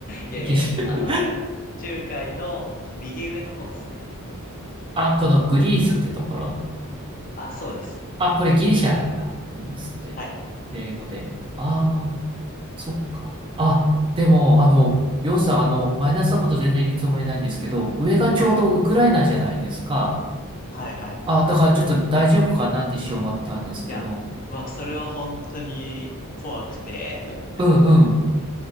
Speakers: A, on the left; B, on the right.
A: いやいや、
B: ギリシャ
A: あのなんか、中海の右上の方ですね。
B: あ、このグリースってところ。
A: あ、そうです。
B: あ、これギリシャなんだ。グリースって。
A: はい。
B: 英語で。ああ、そっか。あ、でも、あの、りょうさん、あの、マイナスなこと全然言うつもりないんですけど、上がちょうどウクライナじゃないですか。
A: はいはい。はいはい。
B: あ、だからちょっと大丈夫かなって一瞬思ったんですけど。
A: いや、まあ、それは本当に怖くて、<laughs>
B: うんうん。